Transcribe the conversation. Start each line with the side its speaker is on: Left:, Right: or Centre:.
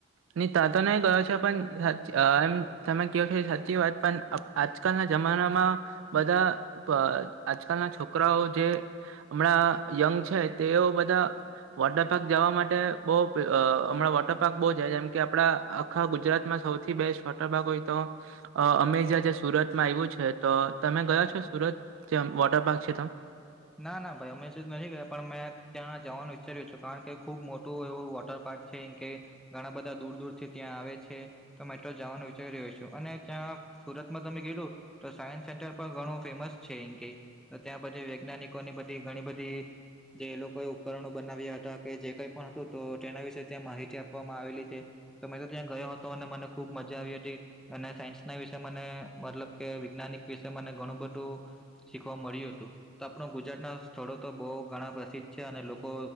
Right: નહી તં તો નઈ ગયો છે પણ સા એમ તમે કહો છો સાચી વાત પણ. આજકાલના જમાનામાં બધા આજકાલના છોકરાઓ જે. હમણાં યંગ છે તેઓ બધા. વોટર પાર્ક જવા માટે બહુ હમણાં વોટર પાર્ક બહુ. જેમ કે આપડા આખા ગુજરાતમાં સૌથી બેસ્ટ વોટર પાર્ક હોય તો. અ અમે જ્યાં જ્યા સુરતમાં આવ્યું છે તો તમે ગયા છો સુરત જે વોટર પાર્ક છે ત.
Centre: ના ના ભાઈ અમે તો નથી ગયા પણ મેં ત્યાં જવાનું વિઈચ્ચાર્યો છું કારણ કે ખુબ મોટું એવું વોટર પાર્ક. છે કે ઘણા બધા દૂર દૂરથી. ત્યાં આવે છે તો મેટ્રો જવાનું વિચારી રહ્યો છું અને ત્યાં સુરતમાં તમે ગલું. તો સાયન્સ સેન્ટર પણ ઘણું ફેમસ છે એ કે ત્યાં બધ. વૈજ્ઞાનિકોની બધી ઘણી બધી. જે એ લોકોએ ઉપકરણો બનાવ્યા હતા કે જે કઈ પણ હતું તો તેના વિશે ત્યાં માહિતી આપવામાં આવેલી છે. તો મેં તો ત્યાં ગયો હતો અને મને ખુબ મજા આવી હતી. અને સાયન્સ ના વિશે મને મતલબ કે વૈજ્ઞાનિક વિશે મને ઘણું બધું. શીખવા મળ્યું હતું. તો આપણું ગુજરાતના સ્થળો તો બહુ ઘણા પ્રસિદ્ધ છે અને લોકો